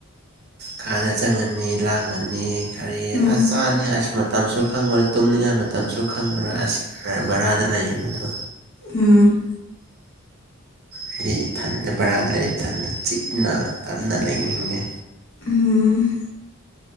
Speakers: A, on the right; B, on the left.
A: ꯀꯥꯗ ꯆꯪꯉꯅꯤ ꯂꯥꯡꯉꯅꯤ ꯀꯔꯤ
B: ꯎꯝ
A: ꯑꯁ ꯆꯥꯅꯤꯡꯉꯤꯏꯁꯨ ꯃꯠ ꯇꯝꯁꯨ ꯈꯪꯉꯔꯣꯏ ꯇꯨꯝꯅꯤꯡꯉꯥꯏ ꯃꯇꯝꯁꯨ ꯈꯪꯉꯔꯣꯏ ꯑꯁ ꯕꯔꯥꯗ ꯂꯩꯔꯤꯕꯗꯣ
B: ꯎꯝ
A: ꯍꯥꯏꯗꯤ ꯏ ꯊꯟꯗ ꯕꯔꯥꯗ ꯂꯩ ꯏꯊꯟꯗ ꯆꯤꯛꯅ ꯇꯞꯅ ꯂꯩꯅꯤꯡꯉꯦ
B: ꯎꯝ